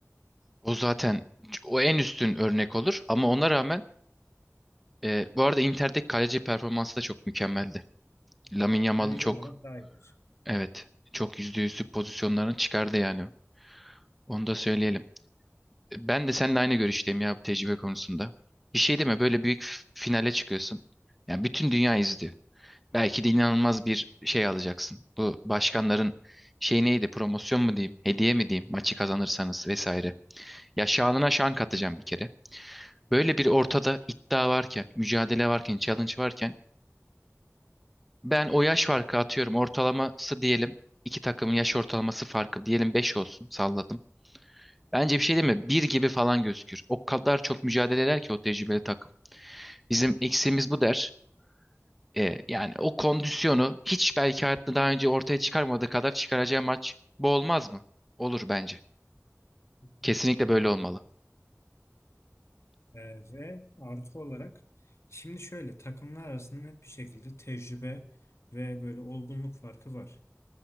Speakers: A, in the centre; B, on the left (about 65°).
A: O zaten o en üstün örnek olur ama ona rağmen e, bu arada Inter'deki kaleci performansı da çok mükemmeldi.
B: Evet.
A: Lamine Yamal'ın
B: Kaleci
A: çok
B: olarak daha iyidir.
A: evet çok yüzde yüzlük pozisyonlarını çıkardı yani. Onu da söyleyelim. E, Ben de seninle aynı görüşteyim ya bu tecrübe konusunda. Bir şey deme böyle büyük f- finale çıkıyorsun. Yani bütün dünya izliyor. Belki de inanılmaz bir şey alacaksın. Bu başkanların şey neydi? Promosyon mu diyeyim? Hediye mi diyeyim? Maçı kazanırsanız vesaire. Ya şanına şan katacağım bir kere. Böyle bir ortada iddia varken, mücadele varken, challenge varken ben o yaş farkı atıyorum. Ortalaması diyelim iki takımın yaş ortalaması farkı diyelim 5 olsun salladım. Bence bir şey değil mi? Bir gibi falan gözükür. O kadar çok mücadele eder ki o tecrübeli takım. Bizim eksiğimiz bu der. E, yani o kondisyonu hiç belki hayatında daha önce ortaya çıkarmadığı kadar çıkaracağı maç bu olmaz mı? Olur bence.
B: Kesinlikle
A: Kesinlikle
B: öyle
A: böyle
B: abi.
A: olmalı.
B: Ee, ve artı olarak şimdi şöyle takımlar arasında net bir şekilde tecrübe ve böyle olgunluk farkı var.